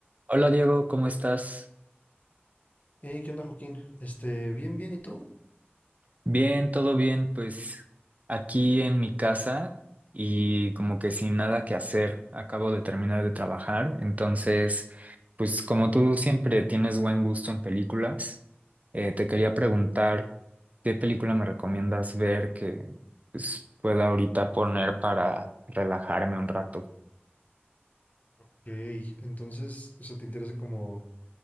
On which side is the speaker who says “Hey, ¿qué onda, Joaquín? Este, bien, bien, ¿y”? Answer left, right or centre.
Left